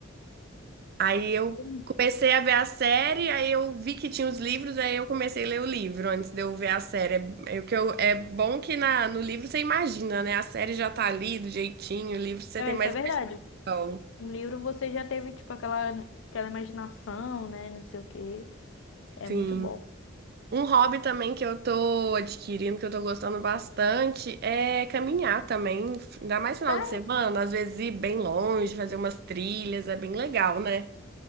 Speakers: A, on the right; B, on the left.
A: Aí eu
B: entendi.
A: comecei a ver a série, aí eu vi que tinha os livros, aí eu comecei a ler o livro antes de eu ver a série. É, é o que eu- é bom que na, no livro você imagina, né? A série já tá ali do jeitinho, o livro você
B: é,
A: tem mais
B: isso é verdade.
A: noção.
B: Um livro você já teve, tipo, aquela, aquela imaginação, né? Não sei o quê. É
A: Sim.
B: muito bom.
A: Um hobby também que eu tô adquirindo, que eu tô gostando bastante, é caminhar também. Ainda mais final
B: Sério?
A: de semana, às vezes ir bem longe, fazer umas trilhas, é bem legal, né?